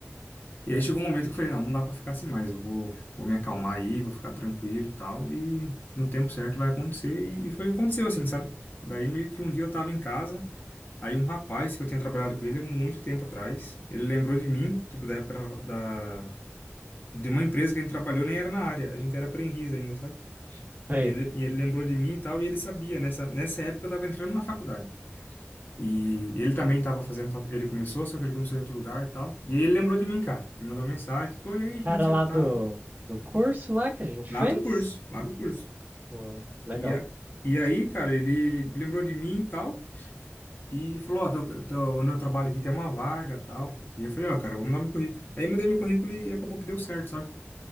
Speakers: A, on the left; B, on the right.
A: E aí chegou um momento que eu falei, não, não dá pra ficar assim mais, eu vou, vou me acalmar aí, vou ficar tranquilo e tal, e no tempo certo vai acontecer, e, e foi o que aconteceu, assim, sabe? Daí meio que um dia eu tava em casa, aí um rapaz que eu tinha trabalhado com ele há muito tempo atrás, ele lembrou de mim, tipo, da época da, da- de uma empresa que a gente trabalhou, nem era na área, a gente era aprendiz ainda, sabe?
B: Sei.
A: E ele, e ele lembrou de mim e tal, e ele sabia, nessa, nessa época eu tava entrando na faculdade. E ele também estava fazendo, fac- ele começou, só que ele começou em outro lugar e tal. E aí ele lembrou de mim, cara, e mandou uma mensagem, tipo, e aí, como
B: Cara
A: que você
B: lá
A: tá?
B: do, do curso lá que a gente
A: Lá
B: fez?
A: do curso, lá do curso.
B: Hum, legal.
A: E, a, e aí, cara, ele lembrou de mim e tal, e falou, ó, tô, tô- onde eu trabalho aqui tem uma vaga e tal. E eu falei, ó, cara, vou mudar meu currículo. Aí eu mudei meu currículo e acabou que deu certo, sabe?